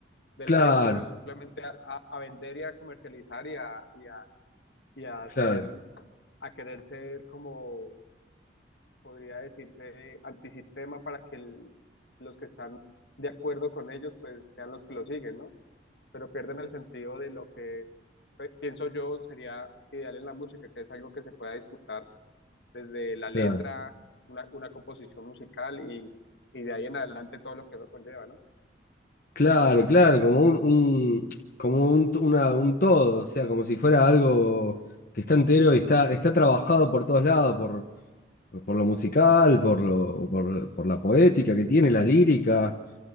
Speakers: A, on the left (about 70°); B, on the left (about 50°).
A: de,
B: Claro,
A: la, letra, sino simplemente a, a vender y a comercializar y a, y a, y a hacer,
B: claro,
A: a querer ser como podría decirse antisistema para que el, los que están de acuerdo con ellos pues sean los que lo siguen, ¿no? Pero pierden el sentido de lo que eh, pienso yo sería ideal en la música, que es algo que se pueda disfrutar desde la letra,
B: claro.
A: una, una composición musical y, y de ahí en adelante todo lo que eso conlleva, ¿no?
B: Claro, claro, como un, un- como un, una- un todo, o sea, como si fuera algo que está entero y está, está trabajado por todos lados, por, por lo musical, por lo- por, por la poética que tiene, la lírica,